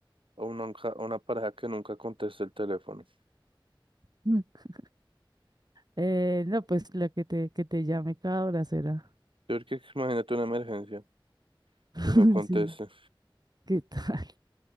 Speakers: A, on the right; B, on the right.
A: o una, nunca- una pareja que nunca conteste el teléfono?
B: <laughs> Eh, no, pues la que te, que te llame cada hora será.
A: Yo creo que imagínate una emergencia
B: <laughs>
A: y no conteste.
B: Sí, ¿qué tal?